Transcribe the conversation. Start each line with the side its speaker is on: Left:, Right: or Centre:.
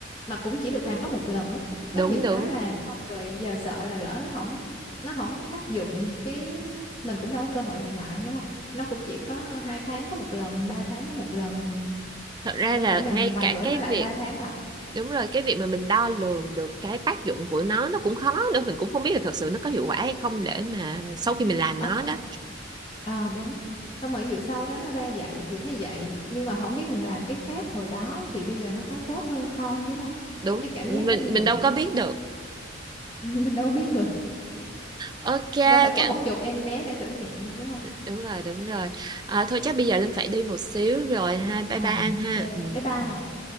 Left: mà cũng chỉ được làm có một lần á.
Right: Đúng
Left: Có nhiều cái
Right: đúng.
Left: làm xong rồi giờ sợ là lỡ nó không nó không tác dụng cái mình cũng đâu có cơ hội làm lại đúng không? Nó cũng chỉ có hai tháng có một lần, ba tháng có một lần.
Right: Thật ra
Left: Đâu
Right: là
Left: thể nào
Right: ngay
Left: vài
Right: cả
Left: bữa
Right: cái
Left: nó lại
Right: việc
Left: ba tháng lại.
Right: đúng rồi cái việc mà mình đo lường được cái tác dụng của nó nó cũng khó nữa mình cũng không biết là thật sự nó có hiệu quả hay không để mà sau khi mình làm
Left: Ờ
Right: nó đó
Left: ờ, đúng. Xong rồi vụ sau đó nó ra vậy thì thấy vậy, nhưng mà không biết mình làm cái khác hồi đó thì bây giờ nó có tốt hơn không đúng không?
Right: đúng
Left: Cái cảm giác
Right: mình
Left: nó như
Right: mình
Left: vậy.
Right: đâu có biết được
Left: Ừ, mình đâu biết được.
Right: ok
Left: Đâu phải có
Right: cảm
Left: một chục em bé để thử nghiệm đâu đúng không?
Right: đúng rồi đúng rồi à, thôi chắc bây giờ Linh phải đi một xíu rồi ha bye
Left: À,
Right: bye An ha
Left: ok.
Right: ừ.
Left: Bye bye.
Right: ừ.